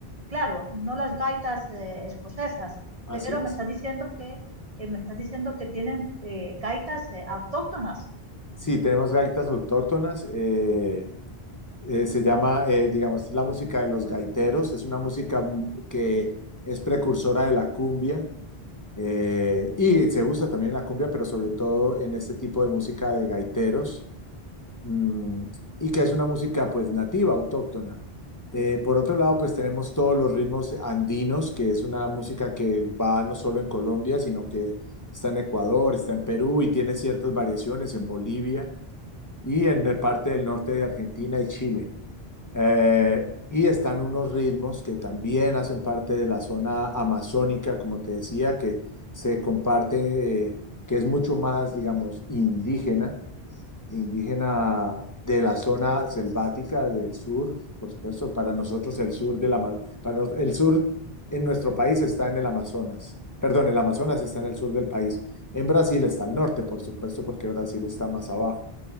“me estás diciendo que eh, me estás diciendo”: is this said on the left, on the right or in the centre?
Right